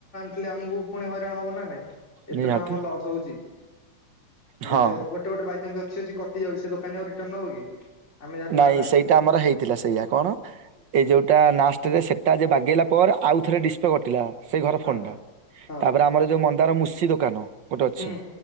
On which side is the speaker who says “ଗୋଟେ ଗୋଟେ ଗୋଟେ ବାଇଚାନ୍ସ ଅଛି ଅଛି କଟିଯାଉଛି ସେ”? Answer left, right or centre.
Left